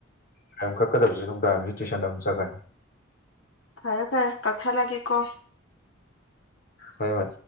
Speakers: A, on the left (about 45°); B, on the left (about 65°).
A: ꯅꯨꯡꯝ ꯀꯛꯀꯗꯕꯁꯨ ꯅꯨꯡꯗꯥꯡꯏꯔꯝꯁꯨ ꯇꯨꯏꯁꯟꯗ ꯑꯗꯨꯝ ꯆꯠꯀꯅꯤ
B: ꯐꯔꯦ ꯐꯔꯦ ꯀꯛꯊꯠꯂꯒꯦ ꯀꯣ
A: ꯍꯣꯏ ꯍꯣꯏ